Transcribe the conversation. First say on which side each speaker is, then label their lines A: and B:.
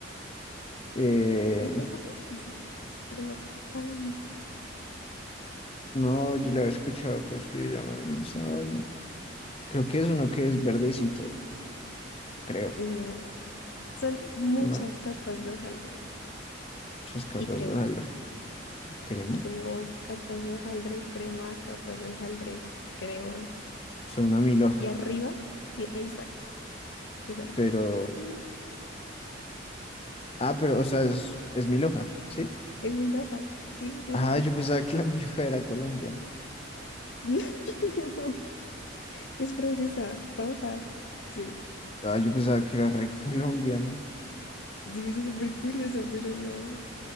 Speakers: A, on the left; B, on the left.
A: Eh,
B: Está un poco difícil, pero no tan...
A: no, yo le había escuchado cosas que llaman esa vaina. Creo que es uno que es verdecito, creo.
B: No, son muchas
A: No,
B: capas de hojaldre
A: si es capaz
B: y crema.
A: de jalar crema.
B: Es como capas de hojaldre, crema, capas de hojaldre, crema.
A: Son una milhoja,
B: Y arriba, tie- exacto, es arepa.
A: pero.
B: Sí.
A: Ah, pero, o sea, es, es milhoja, ¿sí?
B: Es mi loja, sí, es mi
A: Ah,
B: loja.
A: yo pensaba que la <laughs> milhoja era colombiana.
B: <laughs> No, es francesa, fun fact. Sí,
A: Ah, yo pensaba que era re colombiana.
B: sí, eso es súper curioso, pero no,